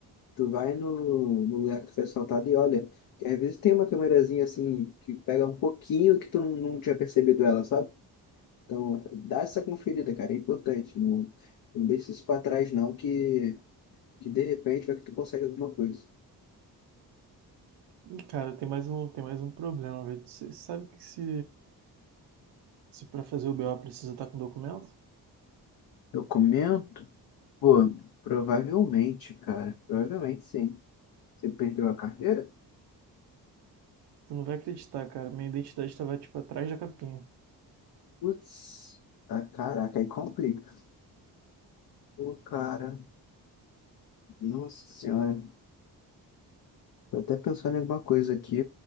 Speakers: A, on the left; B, on the right.
A: tu vai no, no lugar que foi assaltado e olha. Que às vezes tem uma câmerazinha assim que pega um pouquinho que tu não, não tinha percebido ela, sabe? Então, dá essa conferida, cara. É importante. Não, não deixa isso pra trás, não, que. que de repente vai que tu consegue alguma coisa.
B: E, cara, tem mais um, tem mais um problema, velho. Você sabe que se, se pra fazer o BO precisa estar com documento?
A: Documento? Pô, provavelmente, cara. Provavelmente sim. Você perdeu a carteira?
B: Tu não vai acreditar, cara. Minha identidade tava, tipo, atrás da capinha.
A: Putz, ah, caraca, aí complica. Pô, cara, nossa senhora. Tô até pensando em alguma coisa aqui.